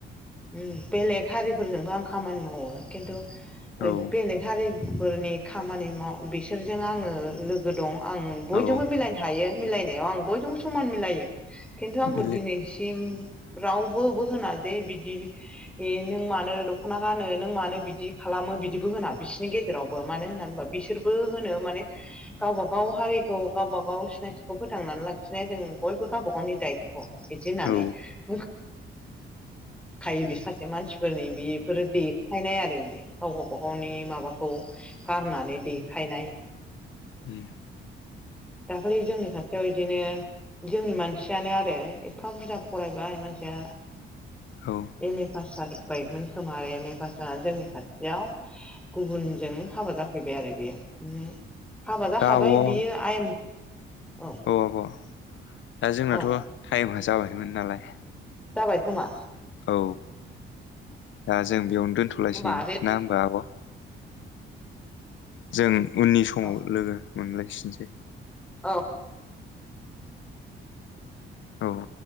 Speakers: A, in the centre; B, on the left (about 70°).
A: उम। बेलेग हारिफोरजोंबो आं खामानि मावो किन्थु ओय
B: औ
A: बेलेग हारि फोरनि खामानि माव बिसोरजों आङो लोगो दं आं बयजोंबो
B: औ
A: मिलायनो हायो। मिलायनायाव आं बयजोंबो समान मिलायो खिन्थु आंखौ
B: बिले
A: दिनैसिम रावबोबो होना जे बिदि ए नों मानो दख'ना गानो नों मानो बिदि खा लामो बिदिबो होना बिसोरनि गेजेरावबो मानो होननानै होनबा बिसोरबो होनो माने गावबा गाव हारिखौ गावबा गाव सिनायथिखौ फोथांनानै लाखिनाय जों बयबो गावबा गावनि दायथ' बिदि होननानै
B: औ
A: बुं खायो बे सासे मानसिफोरनि बेफोरो देखायनाय आरो बेयो गाव गावबा गावनि माबा खौ गारनानै देखायनाय।
B: उम
A: दाखालि जोंनि खाथियाव इदिनो जोंनि मानसियानो आरो एफा बुरजा फरायबाय मानसिया
B: औ
A: एम ए पास जादों। बाइकमोन खोमा आरो एम ए पास जानानै जोंनि खाथियाव गुबुनजों हाबा जा फैबाय आरो बेयो हाबा जाखाबाय
B: दा आब' औ
A: बियो आयेन औ
B: आब' दा जोंनाथ'
A: औ
B: टाइमआ जाबायमोन नालाय।
A: जाबाय खोमा
B: औ दा जों बेयावनो दोनथ'लायसै
A: होमबा आगै
B: ना होमबा आब'? जों उननि समाव
A: औ
B: लोगो मोनलायफिनसै।
A: औ
B: औ औ